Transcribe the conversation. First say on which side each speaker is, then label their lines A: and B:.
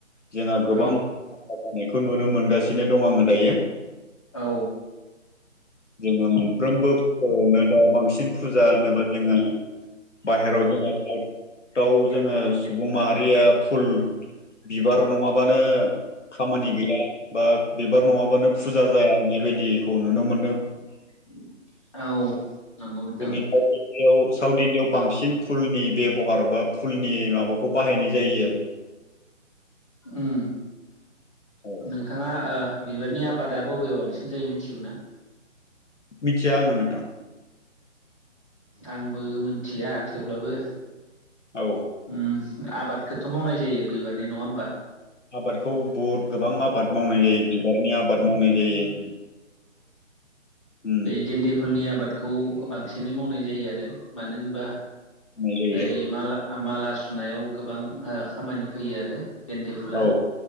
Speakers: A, on the left (about 65°); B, on the left (about 25°).
A: जोंहा गोबां
B: उम
A: जानायखौ नुनो मोनगासिनो दं आङो दायो।
B: औ
A: जोङो मोनफ्रोमबो फुजायावनो दा बांसिन फुजा होनोबा जोङो बाहेरायाव जोङो सउटआव जोङो सुबुं माहारिया फुल बिबार नङाबानो खामानि गैया बा बिबार नङाबानो फुजा जाया होननाय बायदिखौ नुनो
B: औ।
A: मोन।
B: नंगौ नोंथां
A: जोंनि साउट बेयाव साउथ इण्डियाआव बांसिन फुलनि बेब'हार बा फुलनि माबाखौ बाहायनाय जायो आरो।
B: उम
A: औ
B: नोंथाङा ओ बिबारनि आबादा बबेयाव बांसिन जायो मिथिगौ ना?
A: मिथिया आङो नोंथां।
B: आंबो मिथिया थेवब्लाबो
A: औ
B: उम आबादखौथ' मावनाय जायो बिबारनि नङा होमबा?
A: आबादखौ बुहुद गोबां आबाद मावनाय जायो बि बोथोरनि आबाद
B: उम
A: मावनाय जायो। उम
B: बै गेन्दे फुलनि आबादखौ बांसिनै मावनाय जायो आरो। मानो होनबा
A: मावनाय जायो
B: ओइ माला माला सुनायाव गोबां ओ खामानि फैयो आरो। गेन्दे फुला,
A: औ